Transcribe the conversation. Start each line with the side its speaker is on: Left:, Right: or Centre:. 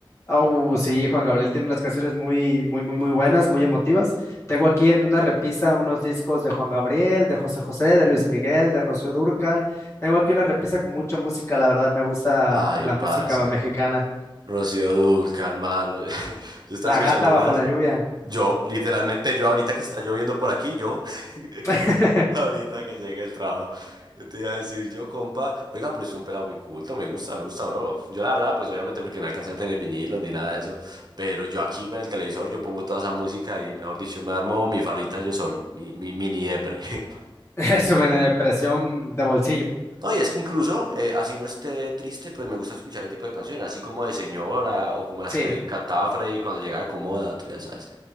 Left: Au, sí, Juan Gabriel tiene unas canciones muy, muy, muy, muy buenas, muy emotivas. Tengo aquí en una repisa unos discos de Juan Gabriel, de José José, de Luis Miguel, de Rocío Dúrcal. Tengo aquí una repisa con mucha música, la verdad me gusta
Right: Ay,
Left: la
Right: parce.
Left: música mexicana.
Right: Rocío Dulcan, mano. <laughs> Yo estaba
Left: La
Right: escuchando
Left: gata bajo
Right: una.
Left: la lluvia.
Right: Yo, literalmente yo ahorita que está lloviendo por aquí, yo, <laughs>
Left: <laughs>
Right: ahorita que llegue el trabajo, yo te iba a decir, yo, compa, oiga, pero es un pelado muy culto, me gusta, me gusta, bro. Yo la verdad, pues obviamente porque no alcancé a tener vinilos ni nada de eso, pero yo aquí en el televisor, yo pongo toda esa música y, mejor dicho, me armo mi farrita yo solo, mi, mi mini depre. <laughs>
Left: Es una depresión de bolsillo.
Right: No, y es que incluso, eh, así no esté triste, pues me gusta escuchar ese tipo de canciones, así como de señora o como las
Left: Sí,
Right: que cantaba Freddy cuando llegaba de Comoda, tú ya sabes.